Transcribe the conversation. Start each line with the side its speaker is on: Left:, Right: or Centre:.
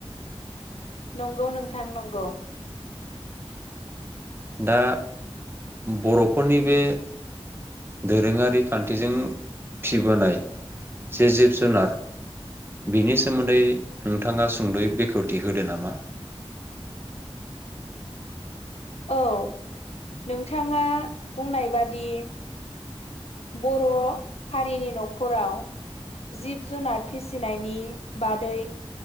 Left: नंगौ नोंथां नंगौ।
Right: दा बर'फोरनि बे दोरोङारि खान्थिजों फिबोनाय जे जिब जुनार बिनि सोमोन्दै नोंथाङा सुंद'यै बेखेवथि होदो नामा?
Left: औ नोंथाङा बुंनाय बादि ब र' हारिनि न'ख खराव जिब जुनार फिसिनायनि बादै